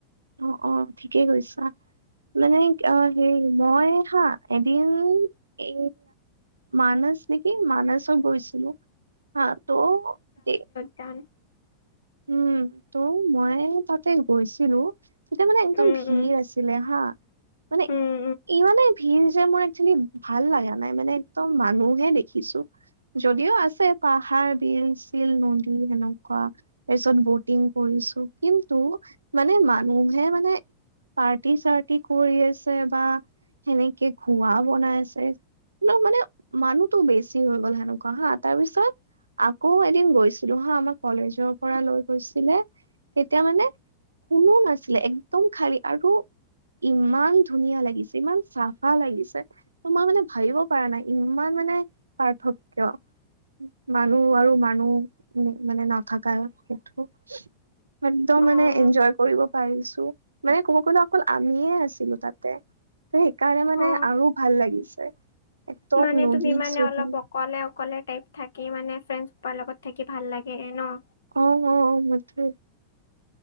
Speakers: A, on the right (about 75°); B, on the left (about 70°).
A: অ', অ' ঠিকেই কৈছা। মানে আ, হেই মই হা, এদিন এ মানাছ নেকি মানছত গৈছিলোঁ হা, ত' দে
B: টান
A: উম, ত' মই তাতে গৈছিলোঁ তেতিয়া মানে একদম
B: উম
A: ভিৰ
B: উম
A: আছিলে হা, মানে
B: উম
A: ইমানেই ভিৰ যে মোৰ একচেলি ভাল লগা নাই, মানে একদম মানুহে দেখিছোঁ। যদিও আছে পাহাৰ, বিল চিল, নদী সেনেকুৱা। তাৰপিছত বটিং কৰিছোঁ কিন্তু মানে মানুহে মানে পাৰ্টি চাৰ্টি কৰি আছে বা সেনেকে ঘোৱা বনাই আছে। মানে মানে মানুহটো বেছি হৈ গ'ল সেনেকুৱা হা, তাৰপিছত আকৌ এদিন গৈছিলোঁ হা, আমাৰ কলেজৰপৰা লৈ গৈছিলে তেতিয়া মানে। কোনো নাছিলে একদম খালী আৰু ইমান ধুনীয়া লাগিছে, ইমান চাফা লাগিছে তোমাৰ মানে ভাবিবপৰা নাই ইমান মানে পাৰ্থক্য। মানুহ আৰু মানুহ মানে নাথকা সেইটো। একদম
B: উম
A: মানে এনজয় কৰিব পাৰিছোঁ। মানে ক'ব গ'লে অকল আমিয়ে আছিলোঁ তাতে। ত' সেইকাৰণে মানে
B: অ অ
A: আৰু ভাল লাগিছে। একদম
B: মানে
A: নদী
B: তুমি মানে
A: চদী
B: অলপ অকলে অকলে টাইপ থাক কি মানে ফ্ৰেণ্ডচ লগত থাকি ভাল লাগে ন'?
A: অ', অ', অ' মইতো